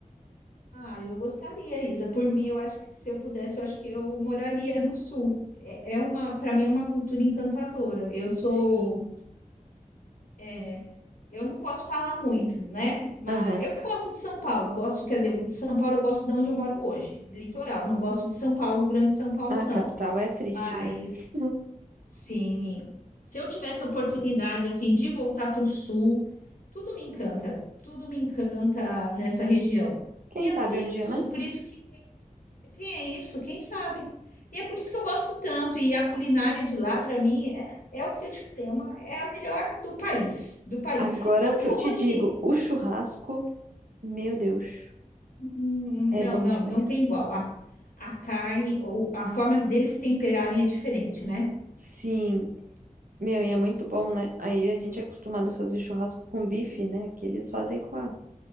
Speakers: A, on the left (about 75°); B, on the right (about 75°).
A: Ah, eu gostaria, Isa. Por mim, eu acho que se eu pudesse, eu acho que eu moraria no sul. É, é uma, para mim é uma cultura encantadora. Eu sou,
B: Sim.
A: é, eu não posso falar muito, né? Mas
B: Aham.
A: eu gosto de São Paulo. Eu gosto, quer dizer, de São Paulo eu gosto de onde eu moro hoje, litoral. Não gosto de São Paulo, Grande São Paulo,
B: Ah, A
A: não.
B: capital é triste
A: Mas
B: mesmo. <laughs>
A: sim, se eu tivesse a oportunidade assim de voltar para o sul, tudo me encanta, tudo me encanta nessa região.
B: Quem
A: E é
B: sabe
A: por isso,
B: um dia, né?
A: por isso que quem é isso? Quem sabe? E é por isso que eu gosto tanto. E a culinária de lá, para mim, é, é o que eu te falei, é, uma- é a melhor do país, do país.
B: Agora
A: Até
B: o que eu
A: hoje,
B: te digo, o churrasco, meu Deus,
A: hum,
B: é
A: não,
B: bom
A: não,
B: demais.
A: não tem igual. A, a carne ou a forma deles temperarem é diferente, né?
B: Sim, Meu, e é muito bom, né? Aí a gente é acostumado a fazer churrasco com bife, né? Que eles fazem com a